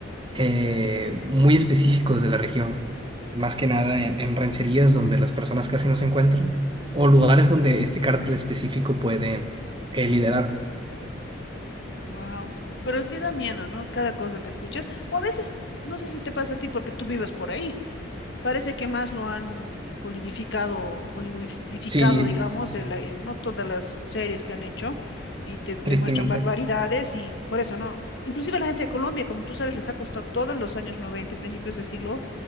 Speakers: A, on the right; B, on the left.
A: eh, muy específicos de la región, más que nada en, en rancherías donde las personas casi no se encuentran, o lugares donde este cártel específico puede eh, liderar.
B: Wow. Pero sí da miedo, ¿no? Cada cosa que escuchas. O a veces, no sé si te pasa a ti porque tú vives por ahí. Parece que más lo han holidificado, hollywoodificado,
A: Sí,
B: digamos, el- eh, no todas las series que han hecho y te, te
A: tristemente.
B: muestran barbaridades y por eso, ¿no? Inclusive la gente de Colombia, como tú sabes, les ha costado todos los años 90 y principios de siglo